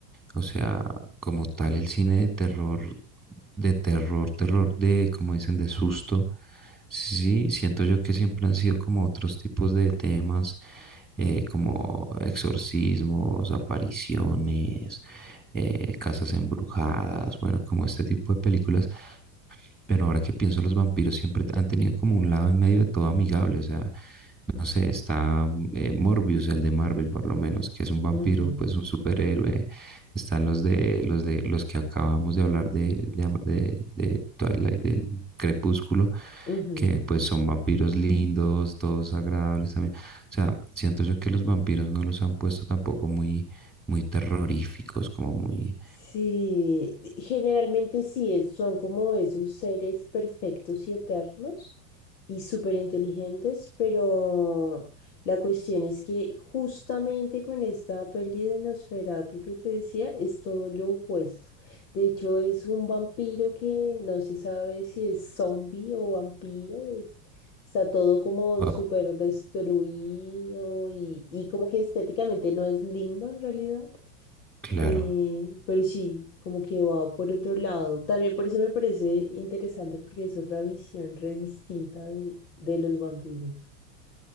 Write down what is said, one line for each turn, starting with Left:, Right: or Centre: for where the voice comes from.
Centre: o sea, como tal, el cine de terror, de terror, terror, de, como dicen, de susto, sí, siento yo que siempre han sido como otros tipos de temas, eh, como exorcismos, apariciones eh, Casas Embrujadas, bueno, como este tipo de películas. Pero ahora que pienso, los vampiros siempre han tenido como un lado en medio de todo amigable, o sea, no sé, está mm, eh, Morbius, el de Marvel por lo menos, que es un vampiro,
Left: Ujú,
Centre: pues un superhéroe. Están los de los de los que acabamos de hablar de, de, am- de- de Twilight, del Crepúsculo,
Left: ujú.
Centre: que pues son vampiros lindos, todos agradables también. O sea, siento yo que los vampiros no los han puesto tampoco muy, muy terroríficos, como muy
Left: Sí, generalmente sí, es- son como esos seres perfectos y eternos y súper inteligentes, pero la cuestión es que justamente con esta peli de Nosferatu que te decía, es todo lo opuesto. De hecho, es un vampiro que no se sabe si es zombie o vampiro, es- está todo como
Centre: Wow,
Left: súper destruido y, y como que estéticamente no es lindo en realidad.
Centre: claro.
Left: Eh, pero sí, como que va por otro lado. También por eso me parece interesante porque es otra visión re distinta de, de los vampiros.